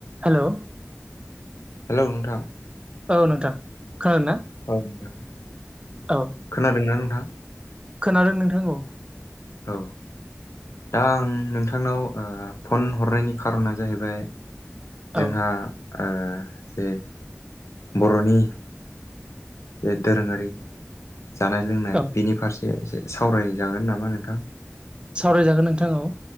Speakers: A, on the right (about 20°); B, on the left (about 80°).
A: Hello
B: hello नोंथां
A: औ नोंथां खोनादों ना
B: औ नथां
A: औ
B: खोनादोंना नोंथां
A: खोनादों नोंथांखौ
B: औ दा आं नोंथांनाव फन हरनायनि खारोना जाहैबाय जोंहा
A: औ
B: ओ जे बर'नि जे दोरोंङारि जानाय लोंनाय
A: औ
B: बेनि फारसे एसे सावरायजागोन नामा नोंथां
A: सावरायजागोन नोंथां औ